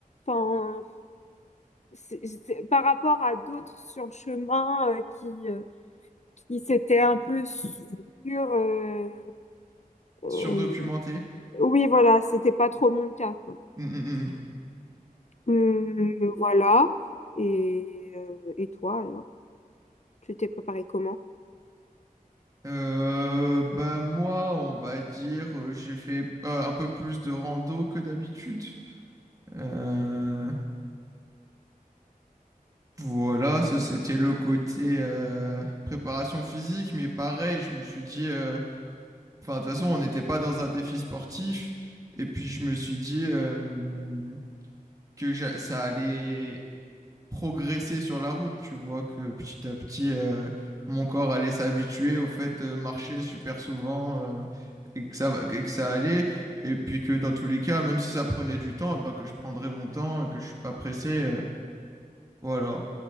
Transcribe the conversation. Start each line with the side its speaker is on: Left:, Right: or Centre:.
Left: 'fin, c'est- c'est- par rapport à d'autres sur le chemin euh, qui, euh, qui s'étaient un peu sur... euh, euh,
Right: surdocumenté.
Left: oui, voilà, c'était pas trop mon cas, quoi.
Right: Hum, hum, hum. hum.
Left: Hum, voilà. Et, euh, et toi, alors? Tu t'es préparé comment?
Right: Euh, bah moi, on va dire, euh, j'ai fait euh, un peu plus de rando que d'habitude. Euh, voilà, ça c'était le côté euh, préparation physique, mais pareil, je me suis dit, euh, enfin de toute façon, on n'était pas dans un défi sportif, et puis je me suis dit euh, que j'a- ça allait progresser sur la route. Tu vois que petit à petit, euh, mon corps allait s'habituer au fait de marcher super souvent euh, et que ça, va- et que ça allait. Et puis que dans tous les cas, même si ça prenait du temps, bah, que je prendrais mon temps et que je suis pas pressé. euh, voilà.